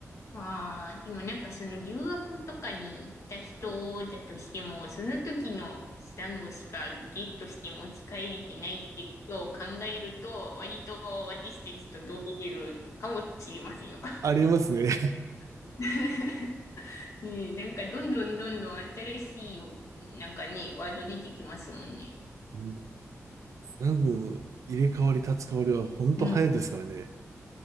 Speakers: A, on the left; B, on the right.
A: ああ、でもなんかその留学とかに行った人だとしても、その時のスラングしかゲットして持ち帰れてないっていうことを考えると、割と私たちと同レベルかもしれませんよ。
B: ありますね。
A: <laughs> ねえ、なんかどんどんどんどん新しい、なんかね、ワード出てきますもんね。
B: うんスラングの入れ替わり立ち替わりは本当早いですからね。
A: うん。